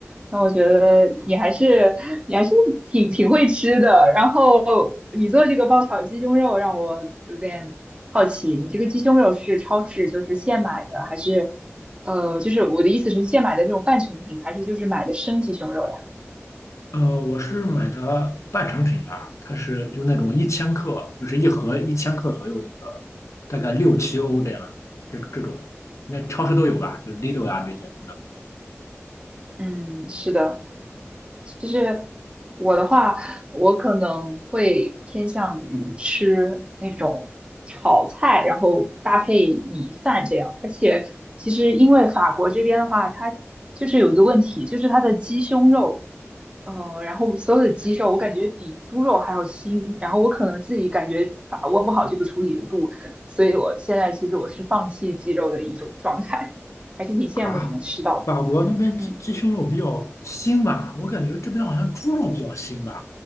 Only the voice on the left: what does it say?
呃，我是买的半成品吧，它是就那种一千克，就是一盒一千克左右那个，大概六七欧这样，这这种，应该超市都有吧，就是 Lidl 啊这些等
等。啊，法国那边鸡鸡胸肉比较腥吧，
我感觉这边好像猪肉比较腥吧，